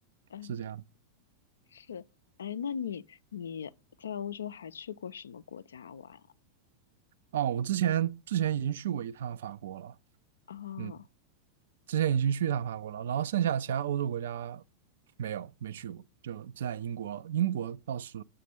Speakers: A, on the left; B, on the right.
A: 嗯
B: 是这样的
A: 是，哎，那你你在欧洲还去过什么国家玩啊？
B: 哦，我之前之前已经去过一趟法国了，
A: 啊，
B: 嗯，之前已经去一趟法国了，然后剩下其他欧洲国家没有没去过，就在英国，英国倒是